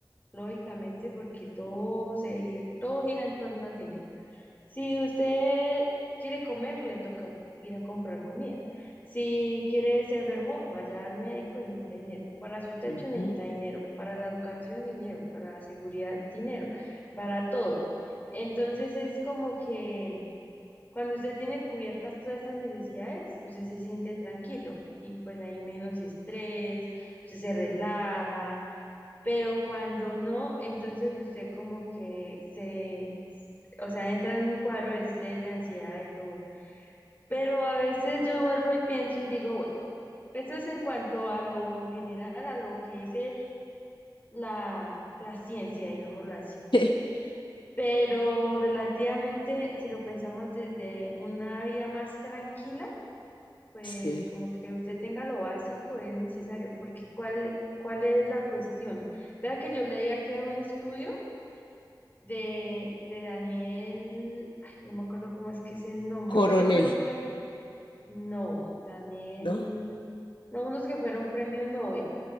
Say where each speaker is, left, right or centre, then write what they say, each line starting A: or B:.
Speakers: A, on the left; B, on the left.
A: lógicamente, porque todo se, gi- todo gira en torno al dinero. Si usted quiere comer, le toca ir a comprar comida. Si quiere, se enfermó, vaya al médico y necesita dinero. Para su techo
B: Ujú.
A: necesita dinero. Para la educación, dinero. Para la seguridad, dinero. Para todo. Entonces es como que cuando usted tiene cubiertas todas estas necesidades, usted se siente tranquilo y pues hay menos estrés, usted se relaja pero cuando no, entonces usted como que se, o sea, entra en un cuadro de estrés, de ansiedad, de todo. Pero a veces yo vuelvo y pienso y digo, bueno, eso es en cuanto a lo general, a lo que dice la, la ciencia, digámoslo así.
B: <laughs>
A: Pero relativamente, si lo pensamos desde una vida más tranquila, pues
B: Sí,
A: como que usted tenga lo básico es necesario, porque ¿cuál, cuál es la cuestión? Vea que yo leía que un estudio de, de Daniel, ay, no me acuerdo cómo es que es el nombre.
B: coronel,
A: Ellos fueron premio, no, Daniel,
B: ¿no?
A: no, unos que fueron premio Nobel